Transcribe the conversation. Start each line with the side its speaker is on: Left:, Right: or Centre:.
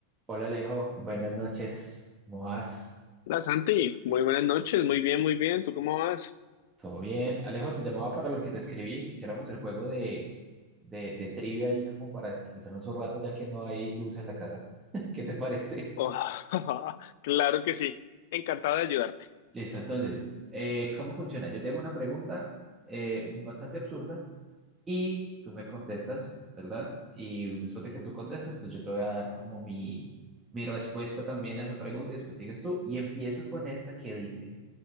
Right: Hola Alejo, buenas noches. ¿Cómo vas?
Left: Hola Santi, muy buenas noches, muy bien, muy bien, ¿tú cómo vas?
Right: ¿Todo bien? Alejo, te llamaba para lo que te escribí. Quisiéramos el juego de, de, de trivia ahí como para desestresarnos un rato ya que no hay luz en la casa. <laughs> ¿Qué te parece?
Left: Oh, <laughs> claro que sí, encantado de ayudarte.
Right: Listo, entonces, eh, ¿cómo funciona? Yo te hago una pregunta eh, bastante absurda y tú me contestas, ¿verdad? Y después de que tú contestes, pues yo te voy a dar como mi, mi respuesta también a esa pregunta y después sigues tú. Y empiezo con esta que dice,